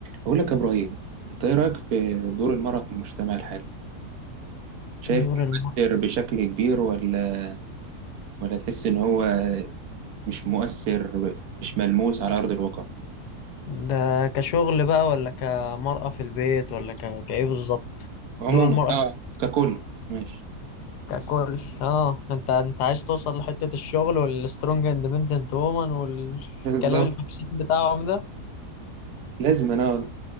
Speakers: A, on the right; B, on the left.
A: بقول لك يا إبراهيم أنت إيه رأيك في دور المرأة في المجتمع الحالي؟ شايف
B: دور
A: مؤثر
B: المرأة
A: بشكل كبير ولا ولا تحس إن هو مش مؤثر مش ملموس على أرض الواقع؟
B: ده كشغل بقى ولا كمرأة في البيت ولا ك... كإيه بالظبط
A: عموما
B: دور المرأة
A: أه ككل ماشي
B: ككل اه انت انت عايز توصل لحتة الشغل والسترونج اندبندنت وومن والكلام
A: بالظبط
B: الفاكسين بتاعهم ده
A: لازم أنا